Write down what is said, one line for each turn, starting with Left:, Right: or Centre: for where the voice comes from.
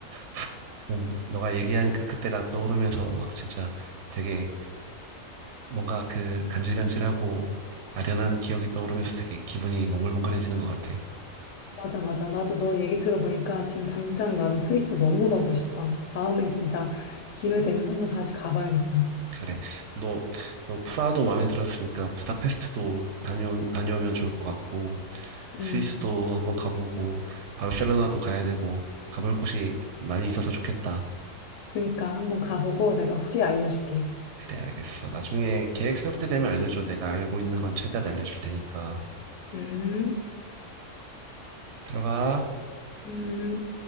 Right: 하, 지금 너가 얘기하니까 그때가 떠오르면서 막 진짜 되게 뭔가 그 간질간질하고 아련한 기억이 떠오르면서 되게 기분이 몽글몽글해지는 것 같아.
Left: 맞아, 맞아. 나도 너 얘기 들어보니까 지금 당장 나는 스위스 너무 가고 싶다. 다음에 진짜 기회 되면 한번 다시 가봐야겠다.
Right: 그래. 너, 너 프라하도 마음에 들었으니까 부다페스트도 다녀, 다녀오면 좋을 것 같고, 스위스도
Left: 음,
Right: 한번 가보고, 바르셀로나도 가야 되고, 가볼 곳이 많이 있어서 좋겠다.
Left: 그러니까 한번 가보고 내가 후기 알려줄게.
Right: 그래, 알겠어. 나중에 계획 세울 때 되면 알려줘. 내가 알고 있는 건 최대한 알려줄 테니까.
Left: 음,
Right: 들어가.
Left: 음.